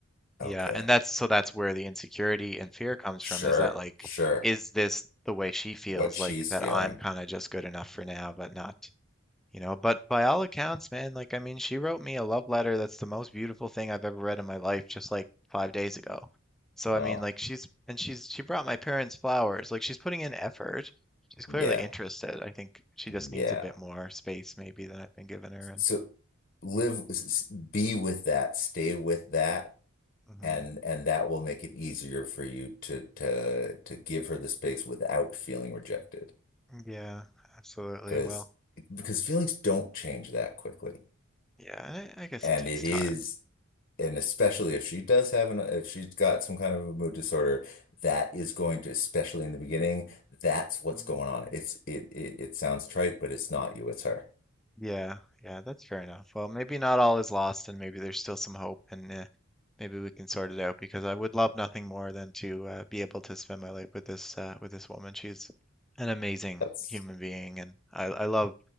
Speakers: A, on the left; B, in the centre.
A: Okay.
B: Yeah, and that's so that's where the insecurity and fear comes
A: Sure.
B: from is that like,
A: Sure.
B: is this the way she feels
A: what she's
B: like that
A: feeling.
B: I'm kind of just good enough for now, but not, you know, but by all accounts, man, like I mean, she wrote me a love letter that's the most beautiful thing I've ever read in my life just like five days ago. So
A: Oh,
B: I mean, like she's and she's she brought my parents flowers. Like she's putting in effort. She's clearly
A: yeah.
B: interested. I think she
A: Yeah.
B: just needs a bit more space maybe than I've been giving her and
A: So live, s- s- be with that, stay with that,
B: mhm.
A: and and that will make it easier for you to to to give her the space without feeling rejected.
B: Yeah, absolutely.
A: Because
B: Well,
A: because feelings don't change that quickly.
B: yeah, I I guess
A: And
B: it takes
A: it
B: time.
A: is, and especially if she does have an, if she's got some kind of a mood disorder, that is going to, especially in the beginning, that's what's
B: Mm,
A: going on. It's it it, it sounds trite, but it's not you, it's her.
B: Yeah, yeah, that's fair enough. Well, maybe not all is lost, and maybe there's still some hope, and uh, maybe we can sort it out because I would love nothing more than to uh, be able to spend my life with this uh, with this woman. She's an amazing
A: That's
B: human being, and I, I love